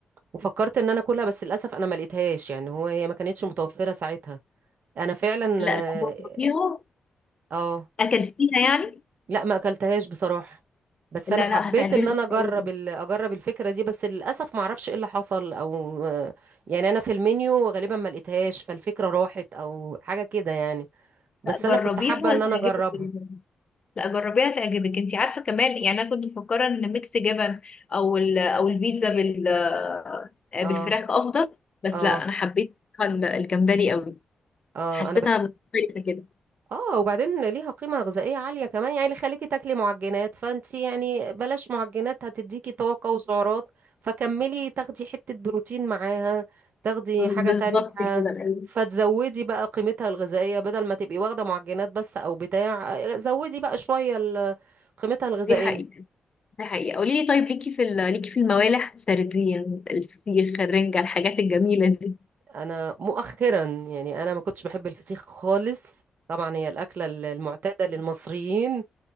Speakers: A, on the right; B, on the left.
A: وفكرت ان انا اكلها بس للاسف انا ما لقيتهاش يعني هو هي ما كانتش متوفره ساعتها انا فعلا
B: لا
A: اه
B: لا جربيها
A: آه،
B: اكلتيها يعني
A: لا ما اكلتهاش بصراحة بس
B: لا
A: انا حبيت
B: لا هتعجبك
A: ان انا اجرب
B: قوي
A: ال... اجرب الفكرة دي بس للاسف ما اعرفش ايه اللي حصل او يعني انا في المنيو غالبا ما لقيتهاش فالفكرة راحت او حاجة كده يعني بس
B: لا
A: انا
B: جربيها
A: كنت حابة ان
B: هتعجبك
A: انا اجربها
B: جدا لا جربيها هتعجبك انت عارفه كمان يعني انا كنت مفكره ان ميكس جبن او ال... او البيتزا بال بالفراخ
A: اه
B: افضل بس
A: اه
B: لا انا حبيت الجمبري قوي
A: اه
B: حسيتها
A: انا
B: مختلفه كده
A: اه وبعدين ليها قيمة غذائية عالية كمان يعني اللي خليكي تاكلي معجنات فانتي يعني بلاش معجنات هتديكي طاقة وسعرات فكملي تاخدي حتة بروتين معاها تاخدي
B: بالظبط
A: حاجة تانية
B: كده أيوة.
A: فتزودي بقى قيمتها الغذائية بدل ما تبقي واخدة معجنات بس او بتاع زودي بقى شوية ال- قيمتها الغذائية
B: دي حقيقة ده حقيقة قولي لي طيب ليكي في ال- ليكي في الموالح سردية الفسيخ الرنجة الحاجات الجميلة دي
A: انا مؤخرا يعني انا ما كنتش بحب الفسيخ خالص طبعا هي الأكلة المعتادة للمصريين